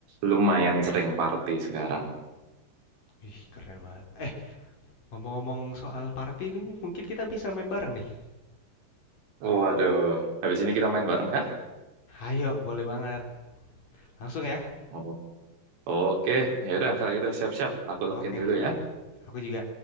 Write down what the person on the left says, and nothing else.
Ih, keren banget. Eh, ngomong-ngomong soal party, ini mungkin kita bisa main bareng nih.
Ayo, boleh banget. Langsung ya.
Oke,
aku juga.